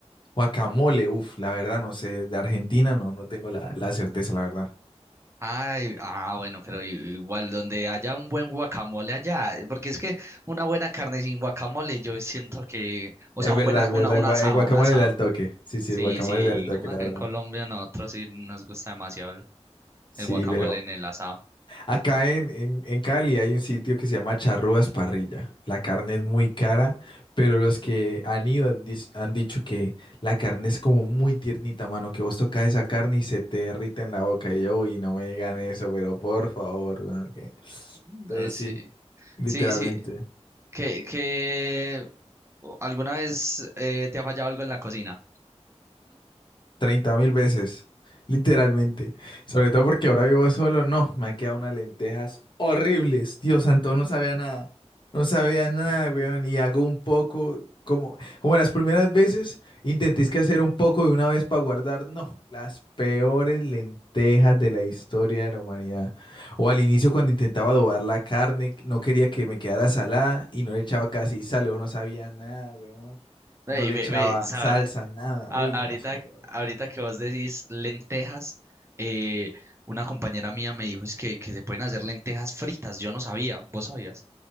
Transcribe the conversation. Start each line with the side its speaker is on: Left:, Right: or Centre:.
Left: Guacamole, uff, la verdad no sé, de Argentina no, no tengo la, la certeza, la verdad.
Right: Ay, ah, bueno, pero i- igual donde haya un buen guacamole allá, eh, porque es que una buena carne sin guacamole, yo siento que, o
Left: Es
Right: sea, un
Left: verdad,
Right: buena,
Left: es
Right: una,
Left: verdad,
Right: un
Left: gua-
Right: asado,
Left: el guacamole
Right: un asado.
Left: de al toque. Sí, sí,
Right: Sí,
Left: el guacamole
Right: sí, digamos
Left: de al toque,
Right: acá
Left: la verdad.
Right: en Colombia nosotros sí nos gusta demasiado el,
Left: Sí,
Right: el guacamole
Left: pero
Right: en el asado.
Left: acá en, en, en Cali hay un sitio que se llama Charrúas Parrilla. La carne es muy cara, pero los que han ido han dis- han dicho que la carne es como muy tiernita, mano, que vos tocas esa carne y se te derrite en la boca. Y yo, uy, no me digan eso, pero por favor, weón, que-
Right: Mm,
Left: Entonces
Right: ah, sí,
Left: sí, literalmente.
Right: sí, sí, que, que o- alguna vez eh, te ha fallado algo en la cocina.
Left: Treinta mil veces, literalmente. Sobre todo porque ahora vivo solo. No, me ha quedado unas lentejas horribles. Dios santo, no sabía nada. No sabía nada, weón. Y hago un poco, como, como las primeras veces, intentéis que hacer un poco de una vez para guardar. No, las peores lentejas de la historia de la humanidad. O al inicio cuando intentaba adobar la carne, no quería que me quedara salada y no le echaba casi sal, o no sabía nada, weón.
Right: Ey,
Left: No le
Right: ve,
Left: echaba
Right: ve, sa-
Left: salsa, nada.
Right: a-
Left: Uy,
Right: ahorita,
Left: no, se me quedó.
Right: ahorita que vos decís lentejas, eh, una compañera mía me dijo es que, que se pueden hacer lentejas fritas. Yo no sabía, vos sabías.